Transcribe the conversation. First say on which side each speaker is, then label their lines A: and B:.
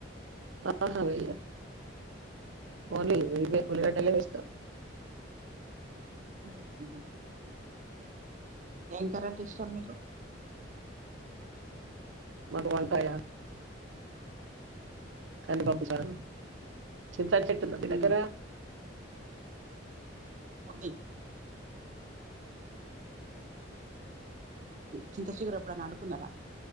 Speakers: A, on the right; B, on the right.
A: టమాటా వెయ్యం ఓన్లీ ఉల్లిగడ్డలే వేస్తాం
B: <unintelligible> ఏం కర్రీ అంటే ఇష్టం మీకు
A: మాకు వంకాయ కందిపప్పు
B: ఉ
A: చారు చింత చెట్టు ఉంటుంది
B: ఉ
A: దగ్గర
B: ఉంది చింత చిగురు ఎప్పుడైనా వడుకున్నారా